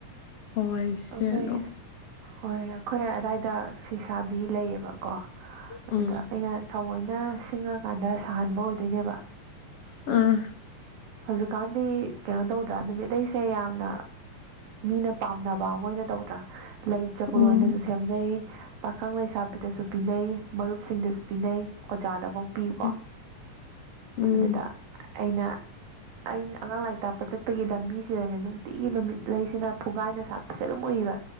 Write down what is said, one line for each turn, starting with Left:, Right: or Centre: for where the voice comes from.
Left: ꯍꯣꯏ ꯁꯦꯠꯂꯣ
Right: ꯑꯩꯈꯣꯏ ꯍꯣꯏ ꯑꯩꯈꯣꯏ ꯑꯗꯥꯋꯥꯏꯗ ꯐꯤꯁꯥꯕꯤ ꯂꯩꯌꯦꯕꯀꯣ ꯑꯗꯨꯗ
Left: ꯎꯝ
Right: ꯑꯩꯅ ꯊꯧꯑꯣꯏꯅ ꯁꯤꯡꯉꯀꯥꯟꯗ ꯁꯥꯍꯟꯕ ꯑꯣꯏꯗꯣꯏꯅꯦꯕ
Left: ꯎꯝ
Right: ꯍꯧꯖꯤꯛꯀꯥꯟꯗꯤ ꯀꯩꯅꯣ ꯇꯧꯗ꯭ꯔꯥ ꯅꯨꯃꯤꯠ ꯑꯩꯁꯦ ꯌꯥꯝꯅ꯫ ꯃꯤꯅ ꯄꯥꯝꯅꯕ ꯑꯃ ꯑꯣꯏꯅ ꯇꯧꯗ꯭ꯔꯥ ꯂꯩ ꯆꯕꯨꯜ
Left: ꯎꯝ
Right: ꯑꯣꯏꯅꯁꯨ꯫ ꯁꯦꯝꯅꯩ ꯄꯥꯈꯪ ꯂꯩꯁꯥꯕꯤꯗꯁꯨ ꯄꯤꯅꯩ ꯃꯔꯨꯞꯁꯤꯡꯗꯁꯨ ꯄꯤꯅꯩ ꯑꯣꯖꯥꯗꯐꯧ꯫ ꯄꯤꯌꯨꯀꯣ
Left: ꯎꯝ ꯎꯝ
Right: ꯑꯗꯨꯗ ꯑꯩꯅ ꯑꯩꯅ ꯑꯉꯥꯡ ꯂꯥꯏꯔꯤꯛ ꯇꯥꯛꯄ ꯆꯠ꯫ ꯑꯩꯈꯣꯏꯒꯤ ꯂꯝꯕꯤꯁꯤꯗꯅꯦ ꯅꯨꯡꯇꯤꯒꯤ ꯅꯨꯃꯤꯠ ꯂꯩꯁꯤꯅ ꯐꯨꯒꯥꯏꯅ ꯁꯥꯠꯄꯁꯦ ꯑꯗꯨꯝ ꯎꯏꯌꯦꯕ꯫